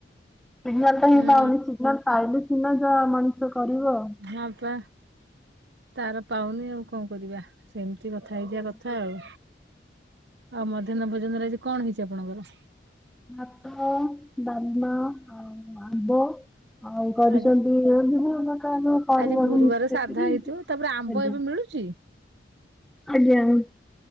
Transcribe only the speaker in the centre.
ସିଗ୍ନାଲ୍ ତ ହିଁ
ପାଉନି ସିଗ୍ନା୍ଲ ପାଇଲେ ସିନା ଯାହା ମଣିଷ କରିବ।
ଭାତ
ଫାଷ୍ଟ୍ ଭାତ -ଅଁ-ଅ, ଡାଲମା ଆଉ ଆମ୍ବ। ଆଉ କରିଛନ୍ତି
<unintelligible> କ କରିବା
ମିଶେଇ
ଆଜ୍ଞା।
ଆଜ୍ଞା, ହୁଁ।